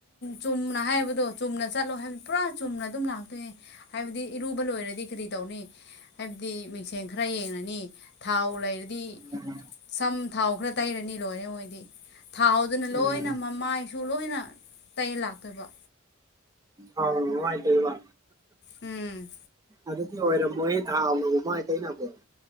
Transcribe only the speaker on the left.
ꯆꯨꯝꯅ ꯍꯥꯏꯕꯗꯣ ꯆꯨꯝꯅ ꯆꯠꯂꯣ ꯍꯥꯏꯕ ꯄꯨꯔꯥ ꯆꯨꯝꯅ ꯑꯗꯨꯝ ꯂꯥꯛꯇꯣꯏꯑ ꯍꯥꯏꯕꯗꯤ ꯏꯔꯨꯕ ꯂꯣꯏꯔꯗꯤ ꯀꯔꯤ ꯇꯧꯅꯤ ꯍꯥꯏꯕꯗꯤ ꯃꯤꯡꯁꯦꯟ ꯈꯔ ꯌꯦꯡꯉꯅꯤ ꯊꯥꯎ ꯂꯩꯔꯗꯤ
ꯁꯝ ꯊꯥꯎ ꯈꯔ ꯇꯩꯔꯅꯤ ꯂꯣꯏꯔꯦ ꯃꯣꯏꯗꯤ ꯊꯥꯎꯗꯨꯅ ꯂꯣꯏꯅ
ꯃꯃꯥꯏꯁꯨ ꯂꯣꯏꯅ ꯇꯩ ꯂꯥꯛꯇꯣꯏꯕ
ꯎꯝ